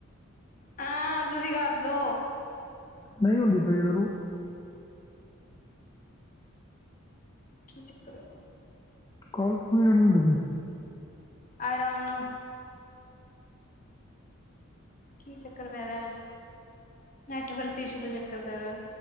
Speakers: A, on the left; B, on the left.
A: ਹਾਂ ਤੁਸੀਂ ਕਰਦੋ
B: ਨਹੀਂ ਹੁੰਦੀ ਪਈ ਜਦੋਂ
A: ਕੀ ਚੱਕਰ ਆ।
B: ਕਲ ਕਿਵੇਂ ਆਣ ਦੇਵੇ।
A: ਆਈ ਡੋਂਟ ਨੋ ਕੀ ਚੱਕਰ ਪੈ ਰਿਹਾ, ਨੈਟਵਰਕ ਇੱਛੂ ਦਾ ਚੱਕਰ ਪੈ ਰਿਹਾ।